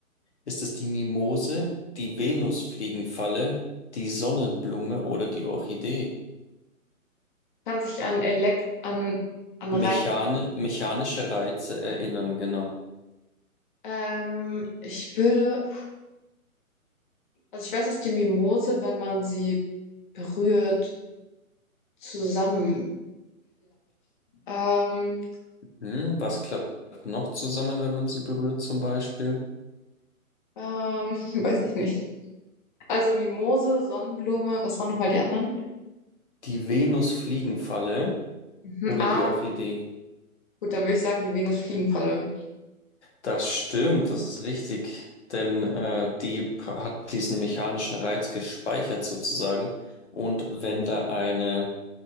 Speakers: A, on the left (about 50°); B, on the left (about 35°).
A: Ist es die Mimose, die Venusfliegenfalle, die Sonnenblume oder die Orchidee?
B: Kann sich an Elek an, an
A: Mechane,
B: Reiz.
A: mechanische Reize erinnern, genau.
B: Ähm, ich würde, also ich weiß, dass die Mimose, wenn man sie berührt, zusammenklappt. Ähm,
A: Hm, was klappt noch zusammen, wenn man sie berührt, zum Beispiel?
B: ähm, <laughs> weiß ich nicht. Also Mimose, Sonnenblume, was waren nochmal die anderen?
A: Die Venusfliegenfalle
B: Mhm.
A: oder
B: Ah,
A: die Orchidee?
B: Gut, dann würde ich sagen, die Venusfliegenfalle.
A: Das stimmt, das ist richtig. Denn äh, die pra- hat diesen mechanischen Reiz gespeichert sozusagen. Und wenn da eine,